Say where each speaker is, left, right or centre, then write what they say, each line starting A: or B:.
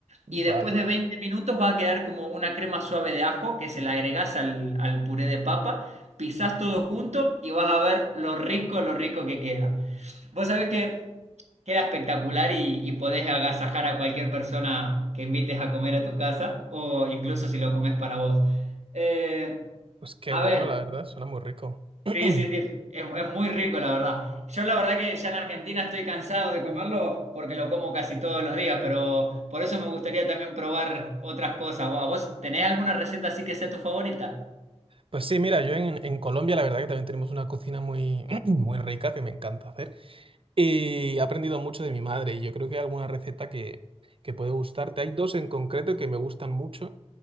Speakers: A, on the right; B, on the right.
A: Y después
B: Vale,
A: de 20 minutos va a quedar como una crema suave de ajo que se la agregás al, al puré de papa, pisás todo junto y vas a ver lo rico, lo rico que queda. Vos sabés que queda espectacular y, y podés agasajar a cualquier persona que invites a comer a tu casa o incluso si lo comes para vos. Eh,
B: pues qué
A: a
B: bueno,
A: ver.
B: la verdad, suena muy rico. <clears throat>
A: Sí, sí, sí, es, es muy rico, la verdad. Yo la verdad que ya en Argentina estoy cansado de comerlo porque lo como casi todos los días, pero por eso me gustaría también probar otras cosas. ¿Vo- ¿Vos tenés alguna receta así que sea tu favorita?
B: Pues sí, mira, yo en, en Colombia la verdad que también tenemos una cocina muy, <clears throat> muy rica que me encanta hacer y he aprendido mucho de mi madre y yo creo que hay alguna receta que, que puede gustarte. Hay dos en concreto que me gustan mucho.